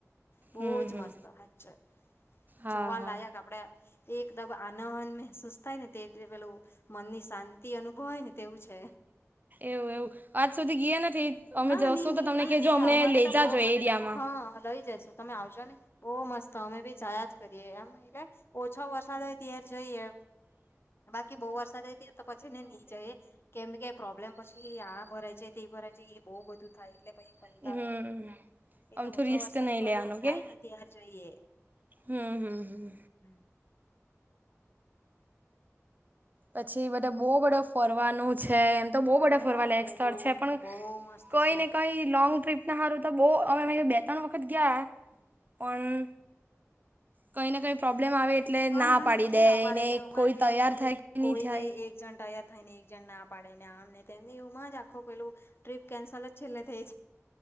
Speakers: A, on the left; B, on the right.
A: બોજ
B: હમ હમ
A: મસ્ત સાચે.
B: હા
A: જોવાલાયક
B: હા
A: આપડે એકદમ આનંદ મેહસુસ થાય ને તે તે પેલું, મનની શાંતિ અનુભવ હોય ને તેવું છે.
B: એવું એવું આજ સુધી ગયા નથી અમે
A: હા
B: જશું
A: નહી
B: તો તમને કહેજો
A: ગયા
B: અમને
A: અમારે
B: લઈ
A: તો
B: જાજો
A: બહુ
B: એ એરિયામાં
A: હા લઈ જશુ. તમે આવજો ને બહુ મસ્ત અમે બી જાવા જ કરીએ એમ એટલે ઓછો વરસાદ હોય ત્યારે જઈએ. બાકી બહુ વરસાદ તો પછી ને નહીં જઈ. કેમ કે પ્રોબ્લેમ પછી આ ભરાય છે તે ભરાય છે એ બહુ બધું થાય એટલે પછી કંટાળ
B: થાય. હમ
A: આવે. એટલે
B: આમથું
A: ઓછો
B: રિસ્ક
A: વરસાદ
B: નહી
A: તો
B: લેવાનું
A: એ થાય
B: કે
A: ને તાર જોઈએ
B: હમ હમ હમ
A: હ
B: પછી બધા બહુ ફરવાનું છે એમ. તો બહુ બડે
A: હા
B: ફરવાલાયક
A: બહુ
B: સ્થળ
A: બહુ
B: છે પણ
A: બહુ મસ્ત
B: કઈ
A: છે
B: ને કઈ, લોંગ ટ્રીપ ના સારું તો બહુ અમે અમે બે ત્રણ વખત ગયા પણ, કઈ ને કઈ પ્રોબ્લેમ આવે એટલે
A: હા
B: ના
A: હા
B: પાડી
A: એટલે
B: દે
A: જ અમારે
B: એને
A: બી અમારે
B: કોઈ
A: બી
B: તૈયાર
A: એવી રીતે
B: થાય. કે નહીં
A: કોઈ
B: થાય
A: તે એક જણ તૈયાર થાય ને એક જણ ના પાડે ને આમને તેમને એમાં જ. આખો પેલું ટ્રીપ કેન્સલ જ છેલ્લે થઈ.